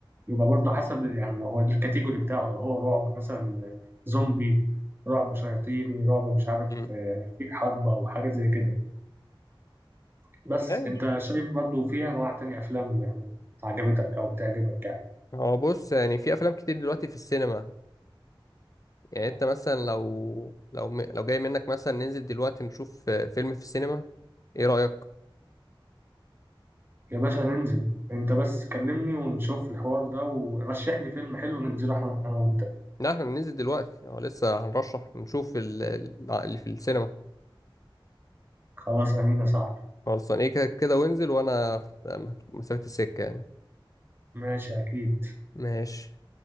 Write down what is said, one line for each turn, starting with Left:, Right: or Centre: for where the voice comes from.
Right: يبقى برضه حسب يعني لو هو الكاتيجوري بتاعه لو هو رعب مثلا زومبي رعب شياطيني رعب مش عارف
Left: امم
Right: آه، في حرب او حاجات زي كده بس
Left: ماشي.
Right: انت شايف برضو في انواع تانية افلام يعني عجبتك او بتعجبك يعني
Left: هو بص يعني في افلام كتير دلوقتي في السينما يعني انت مثلا لو لو م... لو جاي منك مثلا ننزل دلوقتي نشوف آه، فيلم في السينما ايه رايك
Right: يا باشا ننزل انت بس كلمني ونشوف الحوار ده ورشح لي فيلم حلو ننزله احنا انا وانت
Left: لا احنا ننزل دلوقتي اه لسه هنرشح نشوف ال... ال- اللي في السينما
Right: خلاص امين يا صاحبي
Left: خلصان ايه كده كده وانزل وانا في مسافه السكه يعني
Right: ماشي اكيد
Left: ماشي